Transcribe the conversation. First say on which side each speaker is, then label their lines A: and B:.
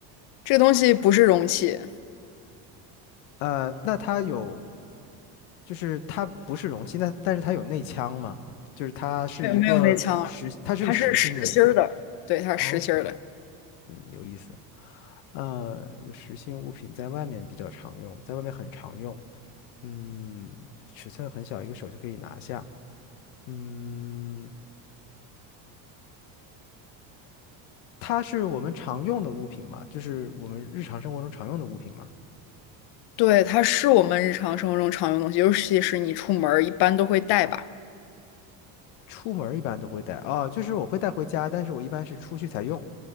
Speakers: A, on the left; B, on the left.
A: 这个东西不是容器，
B: 呃，那它有，就是它不是容器，那但是它有内腔吗？就是它是一个实，
A: 没有没有内腔啊，
B: 它是个实心的，
A: 它是实心儿的。
B: 是吗
A: 对，它是实心儿的。
B: 哦？OK，嗯，有意思。呃，一个实心物品在外面比较常用，在外面很常用。嗯，尺寸很小，一个手就可以拿下。嗯，它是我们常用的物品嘛，就是我们日常生活中常用的物品嘛。
A: 对，它是我们日常生活中常用的东西，尤其是你出门儿一般都会带吧。
B: 出门儿一般都会带啊，就是我会带回家，但是我一般是出去才用。